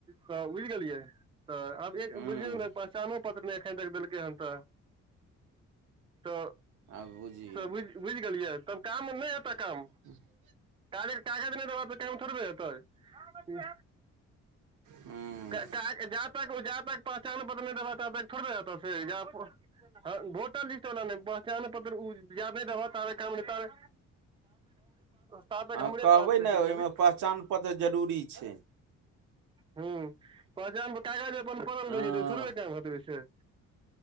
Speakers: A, on the right; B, on the right.
A: तऽ बुझि गेलियै त आभी एक
B: हूँ
A: बुझिय प शामो पत्र नहि एखन तक देलकै हन तऽ तऽ
B: आब बुझिइ
A: तऽ बुझि बुझि गेलियै तब काम नहि हेतै कम
B: <inaudible>
A: गाड़ि के कागज नहि देबऽ तऽ काम थोड़े होेतै
B: हूँ
A: जा तक जा तक प <unintelligible> जा तक पहचान पत्र नहि द देबा ता तक थोड़बे है-तो काज हँ वोटर लिस्ट वला ने पहचान पत्र उ जा नाहि देबहौ ता तक हमरे प ता तक
B: हँ
A: हमरे
B: कहबै
A: पास
B: ने
A: रहै छै
B: ओहिमे पहचान पत्र जरूरी छै
A: हूँ पहचान कागज अपन फम
B: हँ
A: भे जेतै ओ थोड़बे टाइम हेतै ओहिसँ